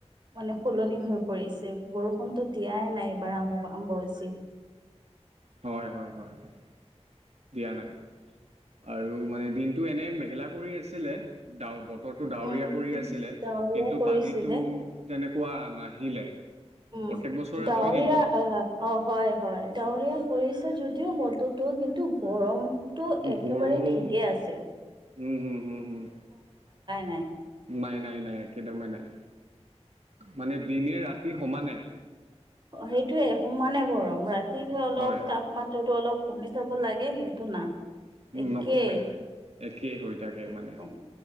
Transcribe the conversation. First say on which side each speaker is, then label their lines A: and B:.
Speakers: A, on the right; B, on the right.
A: মানে সলনি হৈ পৰিছে বৰষুণতো দিয়াই নাই এইবাৰ আম অম্বুবাচীত। <inaudible>
B: হয় হয় হয় হয় দিয়া নাই। আৰু মানে দিনটো এনে মেখেলা কৰি আছিলে। ডা বতৰটো ডাৱৰীয়া
A: উম।
B: কৰি আছিলে
A: ডাৱৰীয়া
B: কিন্তু
A: কৰিছিলে।
B: পানীতো তেনে কোৱা নাহিলে।
A: উ
B: প্ৰত্যেক বছৰে
A: ডাৱৰীয়া
B: হয় কিন্তু
A: অ অ হয় হয় ডাৱৰীয়া পৰিছে যদিও বতৰতো কিন্তু গৰমতো একেবাৰে
B: গৰম
A: ঠিকেই আছে।
B: উম হুম হম হম
A: নাই।
B: নাই নাই নাই একেদমেই নাই। মানে দিনে ৰাতি সমানে।
A: সেইটোয়ে সমানে গৰম ৰাতি যে অলপ
B: হয়
A: তাপমাত্ৰাটো অলপ কমি চাব লা গে সেইটো না। একেই
B: নকমে একেই হৈ থাকে মানে।
A: গৰম।